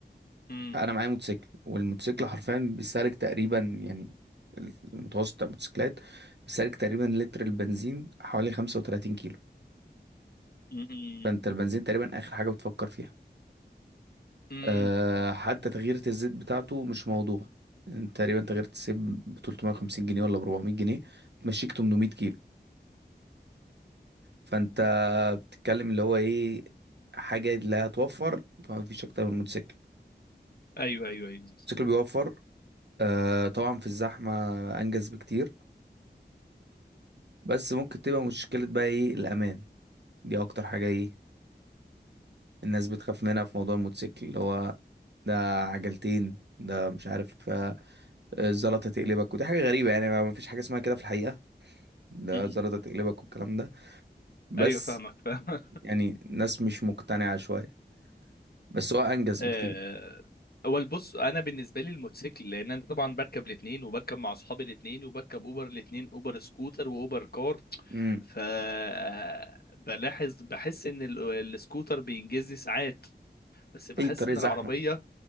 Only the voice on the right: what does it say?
انا معايا موتوسيكل والموتوسيكل حرفيا بيستهلك تقريبا يعني المتوسط بتاع الموتوسيكلات بيستهلك تقريبا لتر البنزين حوالي 35 كيلو
فانت البنزين تقريبا اخر حاجه بتفكر فيها
أه حتى تغيير الزيت بتاعته مش موضوع انت تقريبا تغيير الزيت ب 350 جنيه ولا ب 400 جنيه تمشيك 800 كيلو فانت بتتكلم اللي هو ايه حاجة لا توفر فما فيش اكتر من الموتوسيكل
الموتوسيكل بيوفر آه طبعا في الزحمة انجز بكتير بس ممكن تبقى مشكلة بقى ايه الامان دي اكتر حاجة ايه الناس بتخاف منها في موضوع الموتوسيكل اللي هو ده عجلتين ده مش عارف آه، الزلطة تقلبك ودي حاجة غريبة يعني ما فيش حاجة اسمها كده في الحقيقة ده
الزلطة تقلبك والكلام ده بس
يعني الناس مش مقتنعة شوية بس هو انجز
بكتير
امم
اي طريق
زحمة